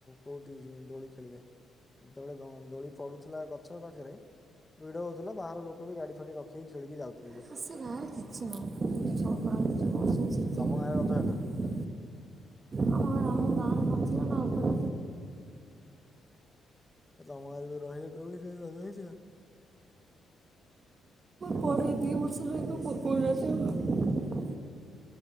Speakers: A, on the left; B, on the right.
A: କୋଉଠି ଜିମି ଦୋଳି ଖେଳିବା। ଯେତେବେଳେ ଗ ଦୋଳି ପଡୁଥିଲା ଗଛ ପାଖରେ ଭିଡ ହଉଥିଲା ବାହାର ଲୋକ କ ବି ଗାଡ଼ି ଫାଡି ରଖିକି ଖେଳି କି ଯାଉଥି
B: ହେ ସେ ଗାଁରେ କିଛି ନାହିଁ ଖାଲି ସଂକ୍ରାନ୍ତିରେ ବର୍ଷରେ ସେତିକି।
A: ତୁମ ଗାଁରେ ରଜ ହେଲା
B: ଆମ ଗାଁରେ ଆମ ଗାଁରେ ନଥିଲା ନା ଉପରେ
A: ଏ ତମ ଗାଁ ରେ ଯୋଉ ରହିଲି କୋଉଠି କାଇଁ ରଜ ହେଇଥିଲା?
B: ପଡେ ଦି
A: ହୁଁ
B: ବର୍ଷ ହେଲା ପକଉନାହାଁନ୍ତି ଆଉ।